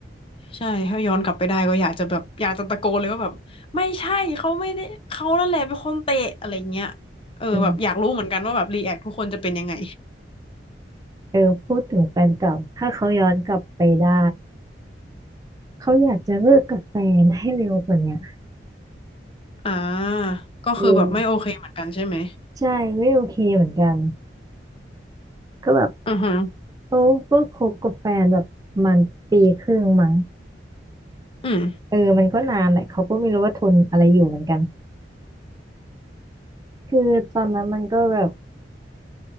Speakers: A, on the left; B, on the right.
A: ใช่ถ้าย้อนกลับไปได้ก็อยากจะแบบอยากจะตะโกนเลยว่าแบบไม่ใช่เขาไม่ได้เขานั่นแหละเป็นคนเตะอะไรเงี้ยเออแบบอยากรู้เหมือนกันว่าแบบรีแอคทุกคนจะเป็นยังไง
B: เออเออพูดถึงแฟนเก่าถ้าเขาย้อนกลับไปได้เขาอยากจะเลิกกับแฟนให้เร็วกว่าเนี้ย
A: อ่าก็คือแบบไม่โอเคเหมือนกันใช่ไหม
B: เออใช่ไม่โอเคเหมือนกันก็แบบ
A: อือฮึ
B: เขาก็คบกับแฟนแบบมันปีครึ่งมั้ง
A: อืม
B: เออมันก็นานแหละเขาก็ไม่รู้ว่าทนอะไรอยู่เหมือนกันคือตอนนั้นมันก็แบบ